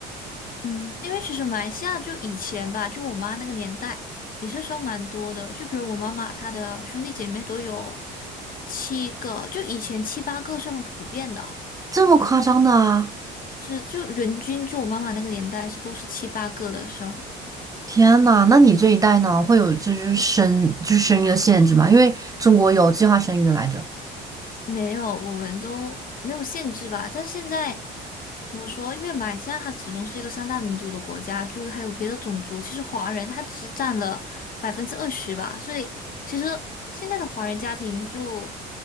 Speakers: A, on the left; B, on the right.
A: 嗯因为其实马来西亚就以前吧，就我妈那个年代也是生蛮多的，就比如我妈妈她的兄弟姐妹都有七个，就以前七八个是很普遍的。
B: 这么夸张的啊！
A: 是就人均就我妈妈那个年代是都是七八个的生，
B: 天呐，那你这一代呢，会有就是生就是生育的限制吗？因为中国有计划生育来着。
A: 没有，我们都没有限制吧。但是现在怎么说？因为马来西亚它始终是一个三大民族的国家，就还有别的种族，其实华人他只占了百分之二十吧，所以其实现在的华人家庭就